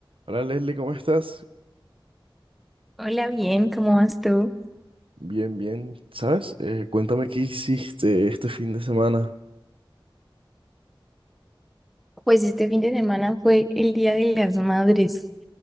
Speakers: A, on the right; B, in the centre.
A: Hola Leslie, ¿cómo estás?
B: Hola, bien, ¿cómo vas tú?
A: Bien, bien. ¿Sabes? Eh, cuéntame qué hiciste este fin de semana.
B: Pues este fin de semana fue el Día de las Madres